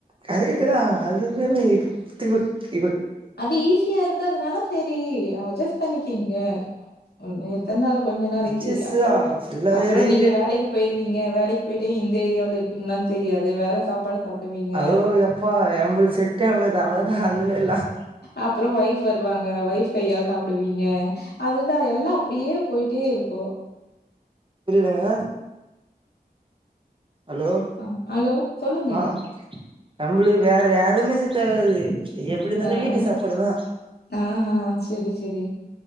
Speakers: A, on the right; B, on the left.
A: கரெக்ட்டு தான் அதுக்குன்னுத்தி
B: அது ஈஸியா இருக்கு அதனால சரி அட்ஜஸ் பண்ணிக்கீங்க ஒன்ன எத்தன நா கொஞ்சோ நாளைக்கு
A: அட்ஜஸ்ட்தா
B: அப்புறம்
A: ஃபுல்லாவே
B: அப்புறம்
A: டெய்லி
B: நீங்க வேலைக்கு போயி இருப்பீங்க வேலைக்கு போயிட்டு இந்த ஏரியாவில் இருப்பீங்களான்னு தெரியாது வேற சாப்பாடு சாப்பிடுவீங்க.
A: அதுவும் எப்பா எம்பது செட்டுஆகாது அவளதான் அந்தமே எல்லாம்
B: அப்புறம் ஒய்ஃப் வருவாங்க ஒய்ஃப் கையால் சாப்பிடுவீங்க அதுதான் எல்லாம் அப்படியே போயிட்டே இருக்கு இப்போ
A: புரியலங்க ஹலோ
B: அ ஹலோ சொல்லுங்க.
A: ஆஹ் நம்மளுக்கு வேற யாருமே செட் ஆகாது எப்டி இருந்தாலு
B: ஆஹ்
A: வீட்டு சாப்பாடு தா
B: ஆஹ் ஆஹ் செரி செரி